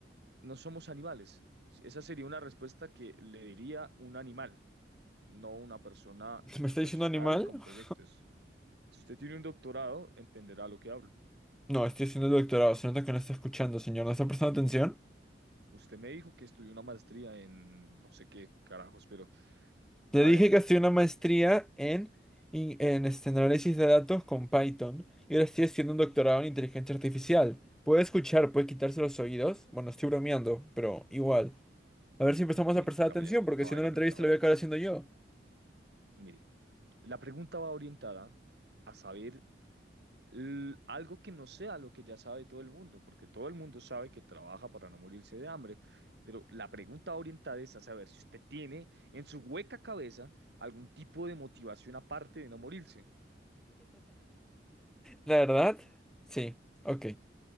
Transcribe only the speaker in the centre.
¿Me está
diciendo animal?
<laughs>
No, estoy haciendo el doctorado. Se nota que no está escuchando, señor. ¿No está prestando atención?
Te
dije
que hacía una maestría en, in- en este análisis de datos con Python y ahora estoy haciendo un doctorado en inteligencia artificial. Puede escuchar, puede quitarse los oídos. Bueno, estoy bromeando, pero igual. A ver si empezamos
a prestar
atención, porque
si no la entrevista
la voy a acabar haciendo yo.
La verdad, sí, ok.